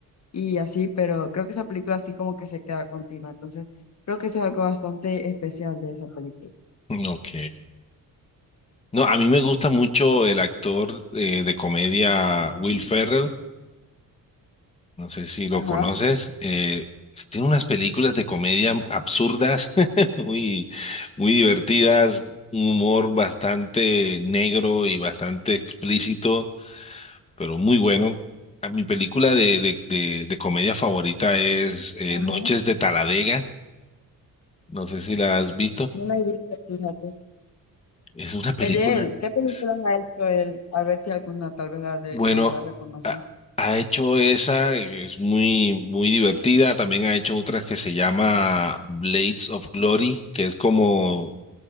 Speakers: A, on the left; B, on the left.
A: y así, pero creo que esa película así como que se queda contigo, entonces creo que eso es algo bastante especial de esa película.
B: Mm, Ok. No, a mí me gusta mucho el actor eh, de comedia Will Ferrell. No sé si lo
A: Ajá,
B: conoces. Eh, tiene unas películas de comedia absurdas, <laughs> muy, muy divertidas, un humor bastante negro y bastante explícito, pero muy bueno. A Mi película de, de, de- de comedia favorita es eh,
A: ajá.
B: Noches de Taladega. No sé si la has visto.
A: No la he visto, fíjate.
B: Es una película,
A: Es de él. ¿Qué películas
B: es-
A: ha hecho él? A ver si alguna tal vez la, de-
B: bueno,
A: la lleva a reconocer.
B: ha, ha hecho esa, es muy, muy divertida. También ha hecho otras que se llama Blades of Glory, que es como